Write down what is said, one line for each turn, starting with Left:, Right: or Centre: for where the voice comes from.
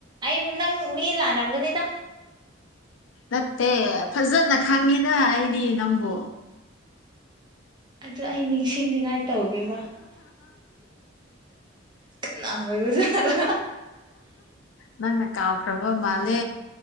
Right: ꯑꯩꯕꯨ ꯅꯪ ꯃꯤ ꯂꯥꯟꯂꯝꯒꯅꯤꯗ
Left: ꯅꯠꯇꯦ ꯐꯖꯅ ꯈꯪꯉꯤꯗ ꯑꯩꯗꯤ ꯅꯪꯕꯨ
Right: ꯑꯗꯨ ꯑꯩ ꯅꯤꯡꯁꯤꯡꯅꯤꯉꯥꯏ ꯇꯧꯒꯦꯕ ꯀꯅꯥ ꯑꯣꯏꯕꯖꯔ
Left: ꯅꯪꯅ ꯀꯥꯎꯈ꯭ꯔꯕ ꯃꯥꯜꯂꯦ